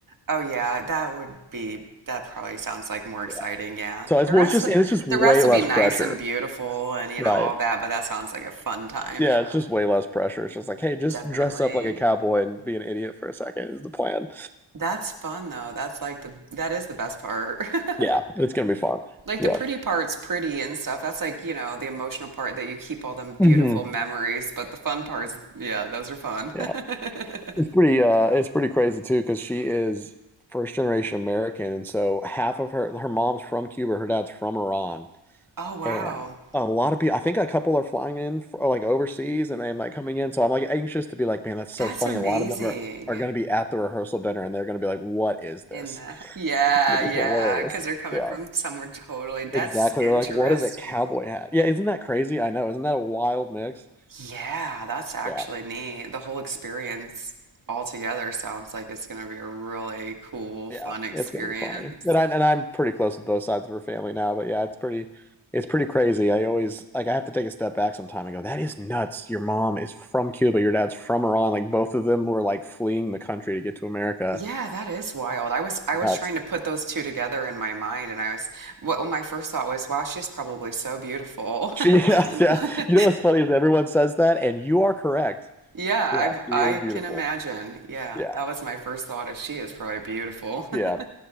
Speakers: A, on the right; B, in the centre.
A: Oh yeah, that would be that probably sounds like more exciting,
B: Yeah.
A: yeah.
B: So it's
A: The
B: well,
A: rest
B: it's just
A: of,
B: and it's just way
A: the rest will
B: less
A: be nice
B: pressure,
A: and beautiful and you
B: right?
A: know all that, but that sounds like a fun time.
B: Yeah,
A: Yeah,
B: it's just way less pressure. It's just like, hey, just
A: definitely.
B: dress up like a cowboy and be an idiot for a second is the plan.
A: That's fun though. That's like the that is the best part. <laughs>
B: Yeah, it's gonna be fun.
A: Like
B: Yeah,
A: the pretty part's pretty and stuff. That's like, you know, the emotional part that you keep all them beautiful
B: hmm
A: memories, but the fun parts, yeah, those are fun.
B: yeah,
A: <laughs>
B: it's pretty. Uh, it's pretty crazy too because she is first generation American, and so half of her her mom's from Cuba, her dad's from Iran,
A: Oh wow.
B: And a lot of people, I think a couple are flying in for, like overseas and then like coming in. So I'm like anxious to be like, man, that's
A: That's
B: so funny.
A: amazing.
B: A lot of them are, are going to be at the rehearsal dinner and they're going to be like, what is this?
A: In the <laughs> yeah,
B: It's going
A: yeah,
B: to be hilarious.
A: because they're coming
B: Yeah,
A: from somewhere totally. That's
B: exactly.
A: interesting.
B: They're like, what is a cowboy hat? Yeah, isn't that crazy? I know. Isn't that a wild mix?
A: Yeah, that's actually
B: Yeah.
A: neat. The whole experience altogether sounds like it's going to be a really cool,
B: Yeah,
A: fun experience.
B: it's gonna be funny. And I and I'm pretty close with both sides of her family now, but yeah, it's pretty it's pretty crazy. I always like I have to take a step back sometime and go, that is nuts. Your mom is from Cuba, your dad's from Iran. Like both of them were like fleeing the country to get to America.
A: Yeah, that is wild. I was I was
B: Nuts.
A: trying
B: <laughs>
A: to put those two together in my mind, and I was what what my first thought was, wow, she's probably so beautiful.
B: She yeah, yeah.
A: <laughs>
B: You know what's funny is everyone says that and you are correct.
A: Yeah,
B: Yeah, she
A: I
B: is
A: I
B: beautiful.
A: can imagine. Yeah,
B: Yeah.
A: that was my first thought is she is probably beautiful. <laughs>
B: Yeah.